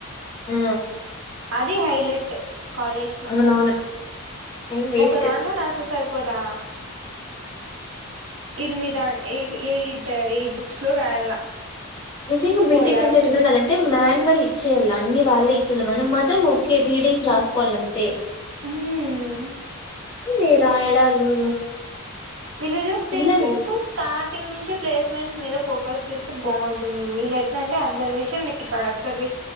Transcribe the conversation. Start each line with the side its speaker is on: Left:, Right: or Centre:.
Left: ఆ
Right: అది హైలెటు కాలేజ్ లో
Left: అవునవును టైం వేస్ట్
Right: ఒక దాంట్లో నాసే సరిపోదా ఎనిమిద ఎఫ్ ఎయిట్ ఎయిట్ బుక్స్ లో రాయాల
Left: నిజంగా బీటెక్
Right: ఫోర్ ల్యాబ్స్
Left: అంటే ఎట్లుండాలంటే
Right: ఉంటాయి
Left: మాన్యువల్ ఇచ్చేయాలి అన్ని వాళ్ ఇచ్చేయాల మనం మా తె మొక్కే రీడింగ్స్ రాసుకోవాలంతే
Right: ఆవున
Left: ఈ రాయడాలు
Right: విలేజ్ ఆఫ్ ప్లేస్మెంట్స్
Left: పిల్లలు
Right: స్టార్ట్ థింగ్ నుంచె ప్లేస్మెంట్స్ మీద ఫోకస్ చేస్తే బాగుంటుంది వీళ్ళు ఎట్లంటే అబ్జర్వేషన్ రికార్డ్ అబ్సర్వే